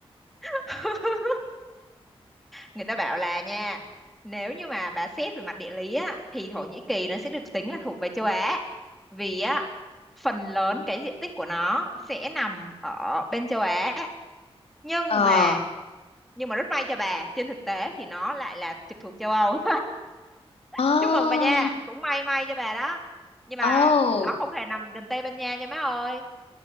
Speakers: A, in the centre; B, on the left.
A: <laughs> người ta bảo là nha nếu như mà bà xét về mặt địa lý á thì Thổ Nhĩ Kỳ nó sẽ được tính là thuộc về châu Á vì á phần lớn cái diện tích của nó sẽ nằm ở bên châu Á nhưng
B: Ờ.
A: mà nhưng mà rất may cho bà trên thực tế thì nó lại là trực thuộc châu Âu <laughs>
B: Ờ.
A: chúc mừng bà nha cũng may may cho bà đó nhưng mà
B: Ồ.
A: nó không hề nằm gần Tây Ban Nha nha má ơi